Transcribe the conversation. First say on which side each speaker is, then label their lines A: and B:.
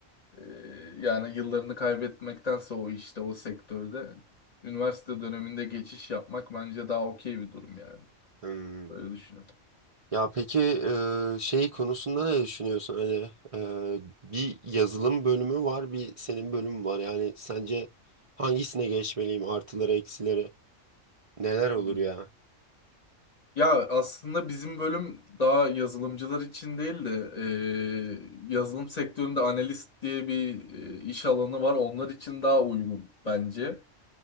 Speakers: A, on the left; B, on the right.
A: Ee, yani yıllarını kaybetmektense o işte o sektörde üniversite döneminde geçiş yapmak bence daha okey bir durum yani.
B: Hmm.
A: Öyle düşünüyorum.
B: Ya peki e, şey konusunda ne düşünüyorsun? Hani e, bir yazılım bölümü var, bir senin bölümün var. Yani sence hangisine geçmeliyim? Artıları, eksileri neler olur
A: Hmm.
B: ya?
A: Ya aslında bizim bölüm daha yazılımcılar için değil de e, yazılım sektöründe analist diye bir e, iş alanı var. Onlar için daha uygun bence.